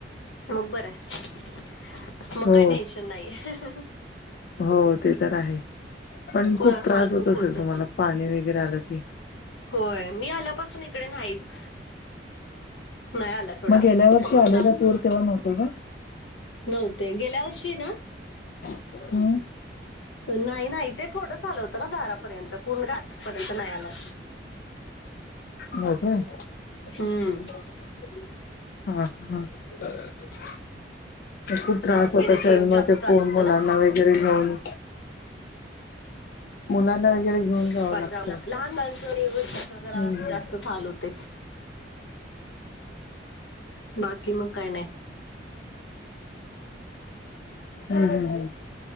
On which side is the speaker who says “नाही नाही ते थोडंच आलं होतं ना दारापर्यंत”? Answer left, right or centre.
Left